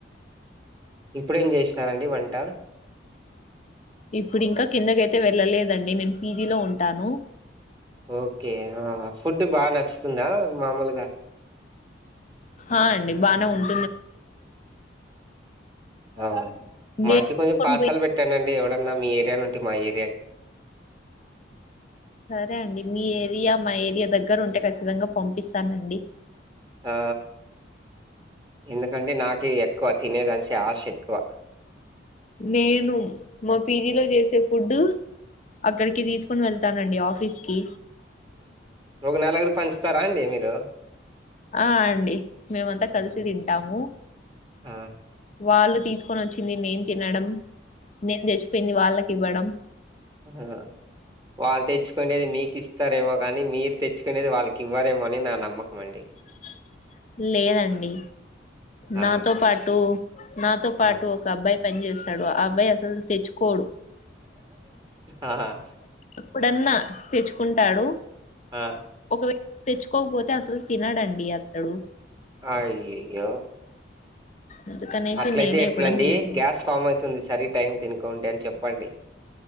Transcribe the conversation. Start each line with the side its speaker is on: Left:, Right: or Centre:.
Right: ఇప్పుడేం చేసినారండి వంట
Left: ఇప్పుడు ఇంక కిందకైతే వెళ్ళలేదండి నేను పీజీలో ఉంటాను
Right: ఓకే ఫుడ్ బాగా నచ్చుతుందా మామూలుగ
Left: ఆ అండి బానే ఉం <unintelligible>
Right: ఆ మాకి కొంచెం <unintelligible> ఎవడన్నా మీ ఏరియా నుండి మా ఏరియాకి
Left: సరే అండి మీ ఏరియా మా ఏరియా దగ్గర ఉంటే ఖచ్చితంగా పంపిస్తానండి
Right: ఆ ఎందుకంటే నాకు ఎక్కువ తినేదానికి ఆశ ఎక్కువ
Left: నేను మా పీజీలో చేసే ఫుడ్డు అక్కడికి తీసుకుని వెళ్తానండి ఆఫీస్కి
Right: ఒగ నెలగురు పంచుతారా అండి మీరు
Left: ఆ అండి మేమంత కలిసి తింటాము
Right: ఆ!
Left: వాళ్ళు తీసుకొని వచ్చింది నేను తినడం నేను తెచ్చి <unintelligible> వాళ్ళకి ఇవ్వడం
Right: ఆ వాళ్ తెచ్చుకోనేది మీకిస్తారేమో గాని మీరు తెచ్చుకునేది వాళ్ళకివ్వారేమో అని నా నమ్మకం అండి
Left: అ లేదండి
Right: ఆ!
Left: నాతో పాటు నాతో పాటు
Right: ఆ!
Left: ఒకబ్బాయ్ పెన్ చేస్తాడు ఆ అబ్బాయ్ అసల్ తెచ్చుకోడు
Right: అహ
Left: ఇప్పుడన్నా తెచ్చుకుంటాడు
Right: ఆ!
Left: ఒకవే తెచ్చుకోకపోతే అసల్ తినడండి అత్ డు
Right: ఆ యెయ్యో
Left: అందుకనేసి
Right: అట్లయితే
Left: నేనే
Right: ఎట్లండి
Left: ఇవ్వడం తీసుకున్నా
Right: గ్యాస్ ఫామ్ అయితుంది సరీ టైం తినుకుంటే అన్ చెప్పండి